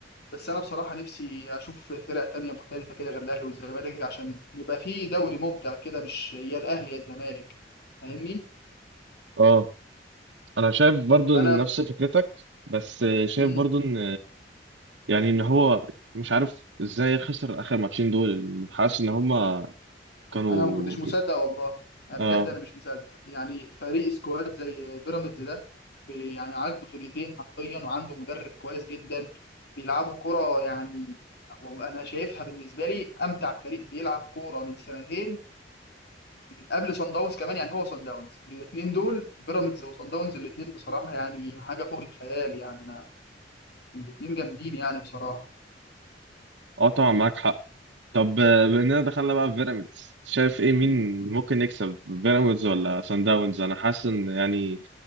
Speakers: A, on the left; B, on the right.
A: بس انا بصراحه نفسي اشوف فرق تانية مختلفه كده غير الاهلي والزمالك عشان يبقى في دوري ممتع كده مش يا الاهلي يا الزمالك فاهمني
B: اه انا شايف برضو
A: فانا
B: إن نفس فكرتك بس شايف
A: مم.
B: برضو ان يعني ان هو مش عارف ازاي خسر اخر ماتشين دول حاسس ان هما كانوا
A: انا ما كنتش مصدق والله أنا بجد
B: اه
A: انا مش مصدق يعني فريق سكواد زي بيراميدز ده بي- يعني عنده فرقتين حرفيا وعنده مدرب كويس جدا بيلعبوا كرة يعني والله انا شايفها بالنسبه لي امتع فريق بيلعب كوره من سنتين قبل سان داونز كمان يعني هو سان داونز الاثنين دول بيراميدز وسان داونز الاثنين بصراحه يعني حاجه فوق الخيال يعني انا الاثنين جامدين يعني بصراحه
B: اه طبعا معاك حق طب آه، بما اننا دخلنا بقى في بيراميدز شايف ايه مين
A: مم.
B: ممكن يكسب بيراميدز ولا سان داونز انا حاسس ان يعني